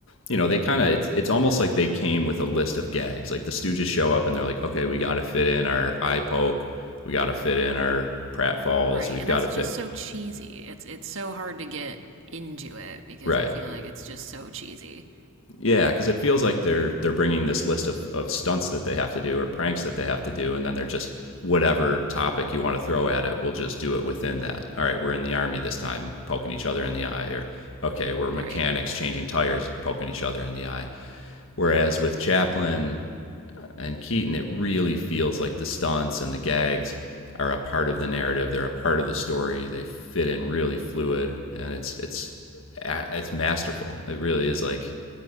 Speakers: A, on the left; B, on the right.
A: you know, they kind of it's it's almost like they came with a list of gags. Like the Stooges show up and they're like, "Okay, we got to fit in our eye poke, we got to fit in our pratfalls,
B: right,
A: we've
B: and
A: got
B: that's
A: to fit
B: just so cheesy. It's it's so hard to get into it because
A: right."
B: I feel like it's just so cheesy.
A: Yeah, because it feels like they're they're bringing this list of, of stunts that they have to do or pranks that they have to do, and then they're just whatever topic you want to throw at it, we'll just do it within that. All right, we're in the army this time, poking each other in the eye, or okay, we're
B: Right.
A: mechanics changing tires, poking each other in the eye. Whereas with Chaplin and Keaton, it really feels like the stunts and the gags are a part of the narrative. They're a part of the story. They fit in really fluid, and it's it's it's masterful. It really is like